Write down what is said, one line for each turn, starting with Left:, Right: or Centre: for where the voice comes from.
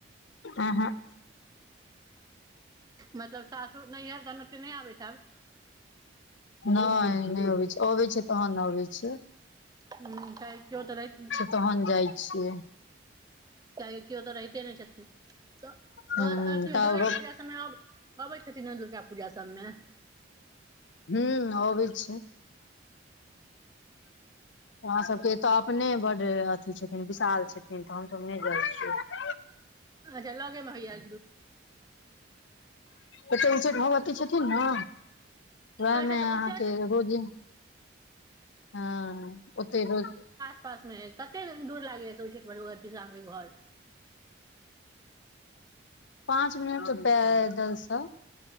Left: उहुक।
Right: मतलब सासुर नैहर तहन ओते नहि आबैत हैब।
Left: नइ नहि अबै छी अबैय छै तहन अबै छिये।
Right: हुं <unintelligible>
Left: तहन जाइ छियै।
Right: कीयाकि किओतऽ रहिते नहि छथिन तऽ
Left: हूं
Right: अथि
Left: तब
Right: दुर्गा पूजा सब मे अब आबै छथिति न दुर्गा पूजा सब मे।
Left: हू आबी छै। हमरा सबके एतय अपने बड़ अथी छथिन विशाल छथिन तऽ हमसभ नहि जाइ छियै
Right: अच्छा लगेमे हैय।
Left: एतऽ उ्चैठ भगवती छथिन ने।
Right: अच्छा
Left: वएहमे
Right: तऽ
Left: अहाँके
Right: उच्चैठ
Left: रोजी हँ ओते रोज
Right: स पास मे कते दूर लागेय उ्चैठ भगवती से आहाँ के घर
Left: पाँच मिनट पै दलसँ